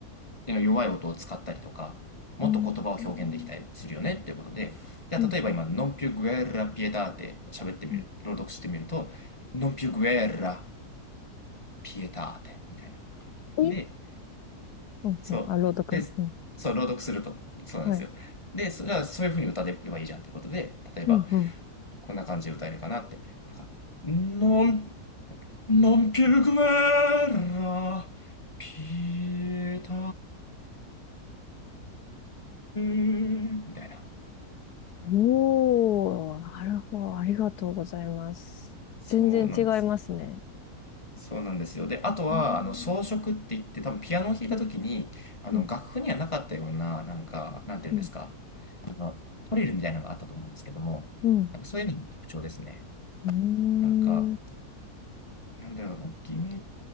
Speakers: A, on the left; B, on the left.
A: 弱い音を使ったりとか、もっと言葉を表現できたりするよねっていうことで、
B: うん。うん、
A: じゃあ例えば今、
B: うん、
A: ノンピュグエラピエターテ喋ってみる、
B: うん。
A: 朗読してみると、ノンピュグエラピエターテみたいな。
B: え
A: で、
B: うん、
A: そう。
B: うん。あ、朗読。
A: で、
B: うん。
A: そう、朗読すると、そうなんですよ。
B: はい。
A: で、それはそういう風に歌えばいいじゃんってことで、例えば、
B: うん、うん。
A: こんな感じで歌えるかなって。なんか、ノン Non più guerra, pietate みたいな。
B: おー、なるほど。ありがとうございます。
A: そうなんですね。
B: 全然違いますね。
A: そうなんですよ。で、あとは、
B: うん、
A: あの、装飾って言って、多分ピアノを弾いた時に、
B: う
A: あの、
B: ん、
A: 楽譜にはなかったような、なんか、なんていうんですか、
B: うん、うん。
A: あの、トリルみたいなのがあったと思うんですけども、
B: うん
A: なんかそういうのも特徴ですね。
B: うーん
A: なんか、なんだろうな、お君へ、